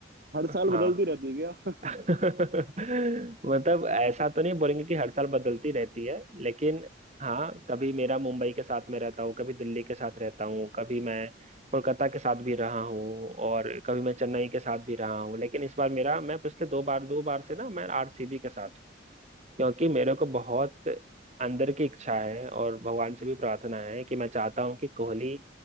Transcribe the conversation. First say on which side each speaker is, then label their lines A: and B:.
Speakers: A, on the right; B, on the right.
A: हर
B: हाँ
A: साल बदलती रहती है क्या
B: <laughs> मतलब ऐसा तो नहीं बोलेंगे कि हर साल बदलती रहती है लेकिन हाँ कभी मेरा मुंबई के साथ में रहता हूँ कभी दिल्ली के साथ रहता हूँ कभी मैं कोलकाता के साथ भी रहा हूँ और कभी मैं चेन्नई के साथ भी रहा हूँ लेकिन इस बार मेरा मैं पिछले दो बार दो बार से ना मैं आरसीबी के साथ क्योंकि मेरे को बहुत अंदर की इच्छा है और भगवान से भी प्रार्थना है कि मैं चाहता हूं कि कोहली